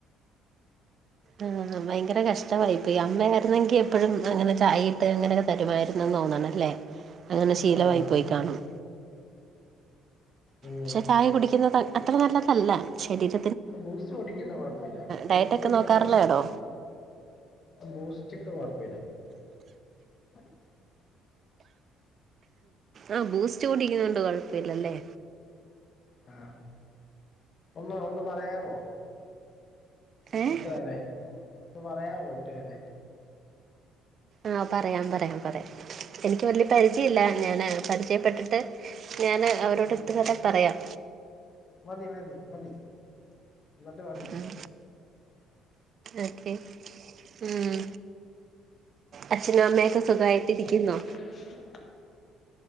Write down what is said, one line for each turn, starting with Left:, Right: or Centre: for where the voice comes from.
Right: ഉം ഭയങ്കര കഷ് ട്ടമായിപ്പോയി അമ്മയായിരുന്നെങ്കി എപ്പഴും അങ്ങനെ ചായ ഇട്ട് അങ്ങനെയൊക്കെ തരുമായിരുനെന്ന് തോന്നണല്ലേ അങ്ങനെ ശീലവായി
Left: ആ
Right: പോയി കാണും
Left: ഉം
Right: പക്ഷേ ചായ കുടിക്കുന്നത് അത്ര നല്ലതല്ല ശരീര
Left: ബൂസ്റ്റ് കുടിക്കുന്ന കൊഴപ്പില്ല ബൂസ്റ്റ്
Right: ഡയറ്റൊക്കെ
Left: കുടിക്കുന്ന
Right: നോക്കാറുള്ളതാണോ
Left: കൊഴപ്പില്ല ബൂസ്റ്റ്ക്കെ കൊഴപ്പില്ല അതെ
Right: ആഹ് ബൂസ്റ്റ് കുടിക്കുന്നൊണ്ട് കുഴപ്പില്ലല്ലേ
Left: ആഹ് ഒന്ന് ഒന്ന് പറയാവോ
Right: ഏഹ്
Left: ഇട്ടുതരാൻ ഒന്ന് പറയാവോ ഇട്ടുതരാൻ
Right: ആഹ് പറയാം പറയാം പറയാം എനിക്ക് വല്ല്യ പരിചയില്ല ഞാന് പരിചയപ്പെട്ടിട്ട് ഞാന് അവരോട്
Left: ഉം.
Right: ഇട്ട് തരാ പറയാം
Left: മതി മതി മതി ഇങ്ങോട്ടുവ
Right: ഉം ഓക്കെ ഉം അച്ഛനും അമ്മയൊക്കെ സുഖായിട്ടിരിക്കുന്നോ?
Left: <unintelligible>